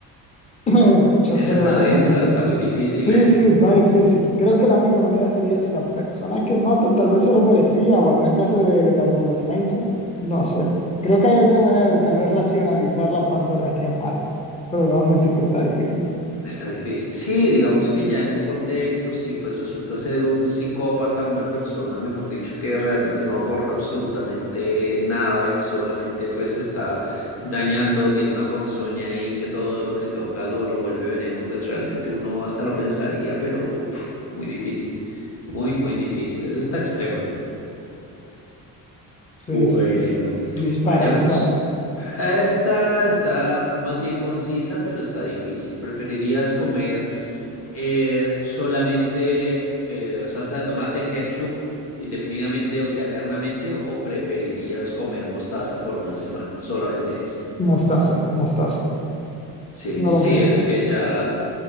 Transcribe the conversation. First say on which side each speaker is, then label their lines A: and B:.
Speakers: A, on the left; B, on the left.
A: <clears throat> Yo
B: esa
A: creo
B: está
A: honestamente
B: densa, está muy difícil.
A: Sí, sí, está difícil. Creo que la única manera sería si la persona que mato tal vez se lo merecía o alguna clase de, de autodefensa. No sé. Creo que hay alguna manera de tal vez racionalizar la parte de a quién mato. Pero debo admitir que está difícil.
B: Está difícil. Sí, digamos que ya en un contexto, si pues resulta ser un psicópata, una persona, mejor dicho, que realmente no aporta absolutamente nada y solamente pues está dañando, tiene una ponzoña ahí que todo lo que toca lo, lo vuelve veneno, pues realmente uno hasta lo pensaría, pero uf, muy difícil, muy, muy difícil. Eso está extrema.
A: Sí,
B: Bueno,
A: sí. Dispara,
B: vayamos.
A: dispara.
B: Esta está más bien concisa, pero está difícil. ¿Preferirías comer? eh, solamente eh, salsa de tomate, ketchup, indefinidamente, o sea, eternamente, o, o preferirías comer mostaza por una semana? Solamente eso.
A: Mostaza, mostaza.
B: Sí,
A: No
B: sí,
A: lo pienso.
B: es que ya,